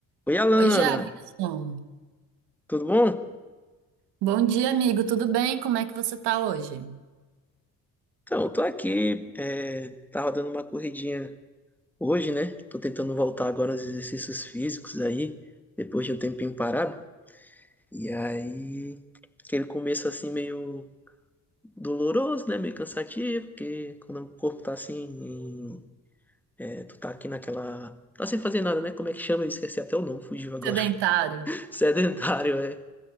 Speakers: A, in the centre; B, on the right.
A: Oi, Alana,
B: Oi, Jefferson.
A: tudo bom?
B: Bom dia, amigo. Tudo bem? Como é que você tá hoje?
A: Então, eu tô aqui, é, tava dando uma corridinha hoje, né? Tô tentando voltar agora aos exercícios físicos aí, depois de um tempinho parado. E aí, aquele começo assim meio doloroso, né? Meio cansativo, porque quando o corpo tá assim, em- é, tu tá aqui naquela... Tá sem fazer nada, né? Como é que chama? Eu esqueci até o nome, fugiu agora.
B: Sedentário.
A: <laughs> Sedentário, é.